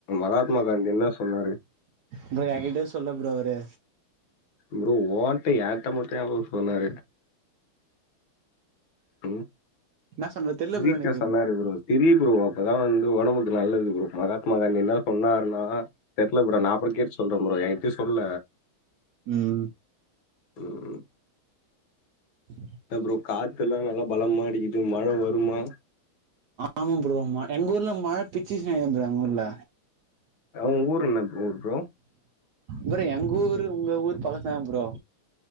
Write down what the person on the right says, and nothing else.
ப்ரோ ஏங்கிட்ட சொல்லு ப்ரோ அவரு
என்ன சொல்றது தெர்ல
ப்ரோ எனக்கு
ம்
ம்
ஆமா ப்ரோ ம எங்கூர்ல மழ பிச்சுச்சு எங்கூர்ல
ப்ரோ எங்க ஊரு உங்க ஊர் பக்கத்துலதா ப்ரோ